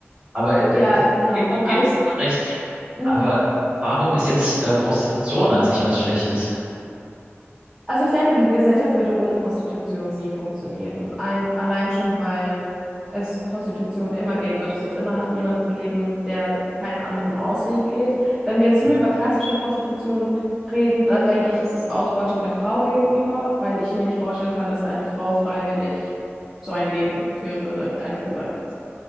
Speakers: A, on the right; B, in the centre.
A: Aber äh,
B: Ja,
A: also,
B: genau.
A: dem Punkt
B: Aber
A: gebe ich
B: ich.
A: dir schon recht.
B: Mhm.
A: Aber warum ist jetzt äh, Prostitution an sich was Schlechtes?
B: Also ich denke, die Gesellschaft würde ohne Prostitution nie funktionieren. Ein, allein schon, weil es Prostitution immer geben wird. Es wird immer jemanden geben, der keinen anderen Ausweg geht. Wenn wir jetzt
A: Hm.
B: nur über klassische Prostitution reden, dann denke ich, ist es Ausbeutung der Frau gegenüber, weil ich mir nicht vorstellen kann, dass eine Frau freiwillig so ein Leben führen würde, ehrlich gesagt.